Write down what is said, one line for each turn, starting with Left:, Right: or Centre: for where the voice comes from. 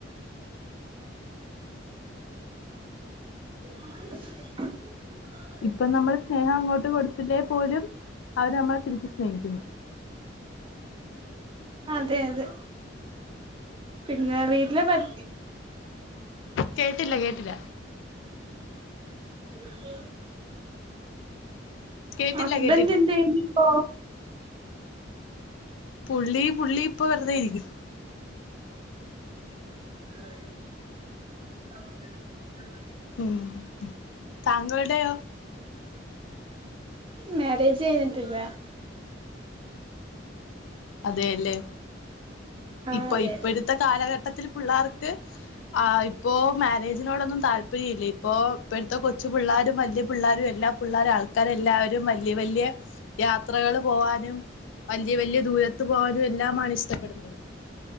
Right: <unintelligible>
Left: ഇപ്പം നമ്മൾ സ്നേഹം അങ്ങോട്ട് കൊടുത്തില്ലേ പോലും അവര് നമ്മളെ തിരിച്ച് സ്നേഹിക്കുന്നു
Right: അതെ അതെ പിന്നെ വീട്ടിലെ പട്ടി
Left: കേട്ടില്ല കേട്ടില്ല
Right: <unintelligible>
Left: കേട്ടില്ല
Right: ഹസ്ബൻഡ്
Left: കേട്ടില്ല
Right: എന്ത് ചെയ്യുന്നു ഇപ്പോ
Left: പുള്ളി പുള്ളി ഇപ്പ വെറുതൊയിരിക്കും
Right: <unintelligible>
Left: ഉം താങ്കളുടെയേ
Right: മാരേജ് കഴിന്നിടില്ല
Left: അതെല്ലേ
Right: ആഹ്
Left: ഇപ്പൊ
Right: അതെ
Left: ഇപ്പോഴത്തെ
Right: അതെ
Left: കാലഘട്ടത്തിൽ പിള്ളേർക്ക് ആ ഇപ്പോ മാരേജിനോടൊന്നും താല്പര്യം ഇല്ല ഇപ്പൊ ഇപ്പോടുത്തെ കൊച്ചു പിള്ളേരും വലിയ പിള്ളേരും എല്ലാം പിള്ള ആൾക്കാരെല്ലാവരും വലിയ വലിയ യാത്രകൾ പോവാനും വലിയ വലിയ ദൂര ത്തു പോകാനും എല്ലാമാണ് ഇഷ്ടപ്പെടുന്നത്